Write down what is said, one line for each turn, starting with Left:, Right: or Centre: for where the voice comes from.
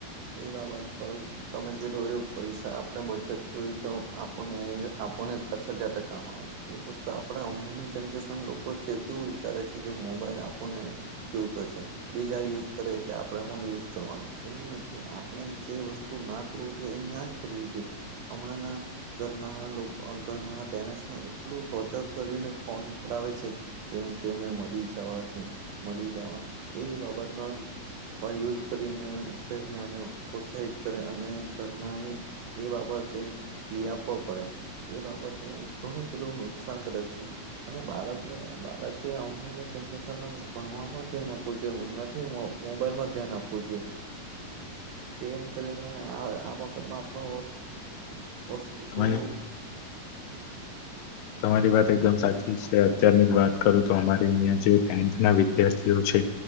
Right: એ બાબત પણ તમે કેધું એ પૈસા આપણે બચત જોઈ તો આપણને આપણને પાંચ હજાર કામ આવે એ વસ્તુ આપણા હમણાંની જનરેશન લોકો છે કેવું વિચારે છે, કે મોબાઈલ આપો ને જોઈતો છે, બીજા યુઝ કરે એટલે આપણેે પણ યુઝ કરવાનો એવું નથી કે આપણે જે વસ્તુ ના કરવું જોઈએ એ ના જ કરવું જોઈએ. હમણાં ના ઘરના ઘરના પેરેન્ટસ ને એટલું ટોર્ચર કરીને ફોન નીકડાવે છે જેમ કે અમે મરી જવા છું મરી જવા એ બાબતના યુઝ કરીને ઘરનાને પ્રોત્સાહિત કરે અને ઘરના એ એ બાબતે લી આપવો પડે. એ બાબતે ઘણું પેલું નુકસાનકારક છે. અને બાળકને બાળકે હમણાં <unintelligible> ભણવામાં ધ્યાન આપવું જોઈએ. નથી મોબાઈલમાં ધ્યાન આપવું જોઈએ જેમ કરીને આ આ બાબતમાં આપણું વસ્તુ
Left: તમારી તમારી વાત એકદમ સાચી છે. અત્યારની જ વાત કરો તો અમારે અહીંના જે ટેન્થ ના વિદ્યાર્થીઓ છે